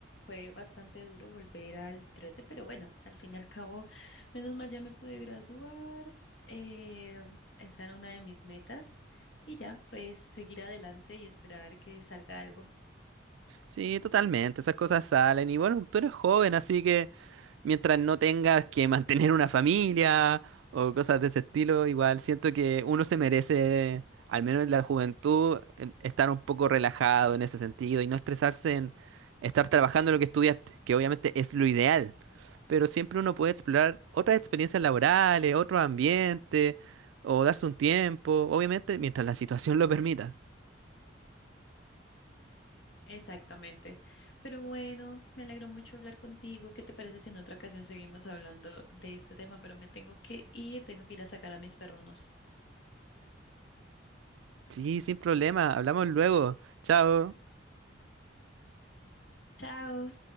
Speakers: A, on the left (about 65°); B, on the right (about 80°).
A: Fue bastante duro volver al trote, pero bueno, al fin y al cabo, menos mal ya me pude graduar. eh, esa era una de mis metas. Y ya, pues seguir adelante y esperar que salga algo.
B: Sí, totalmente, esas cosas salen y bueno, tú eres joven, así que... mientras no tengas que mantener una familia o cosas de ese estilo, igual siento que uno se merece, al menos en la juventud, en- estar un poco relajado en ese sentido y no estresarse en estar trabajando lo que estudiaste, que obviamente es lo ideal, pero siempre uno puede explorar otras experiencias laborales, otro ambiente o darse un tiempo, obviamente mientras la situación lo permita.
A: Exactamente. Pero bueno, me alegró mucho hablar contigo. ¿Qué te parece si en otra ocasión seguimos hablando de este tema? Pero me tengo que ir, tengo que ir a sacar a mis perrunos.
B: Sí, sin problema, hablamos luego. Chao.
A: Chao.